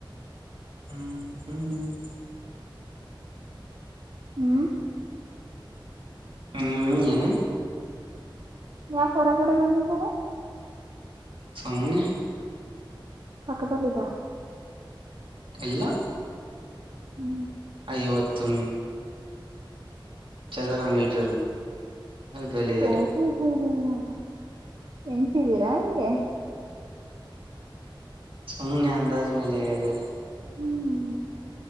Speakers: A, on the right; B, on the right.
A: ಹ್ಮ್ ಹ್ಮ್ ಹ್ಮ್
B: ಹ್ಮ್
A: ಹ್ಮ್ ಏನ
B: ಯಾಕೆ ಹೊರಗಡೆ ಬಂದಿದ್ದಾರೆ
A: ಸನೆ
B: ಪಕ್ಕದಲ್ಲ ಇದಿದ್ದಾರಾ
A: ಎಲ್ಲ
B: ಹ್ಮ್
A: ಐವತ್ತು ಚದರ ಮೀಟರ್ ದಲ್ಲಿದ್ದಾರೆ
B: ಓ ಹ ಹ್ಮ್ ಹ್ಮ್ ಹ್ಮ ಎನ್ಸಿದ್ದೀರಾ ಹಂಗೆ
A: ಸುಮ್ಮನೆ ಅಂದಾಜ ಮೇಲೆ ಹೇಳಿದೆ
B: ಹ್ಮ್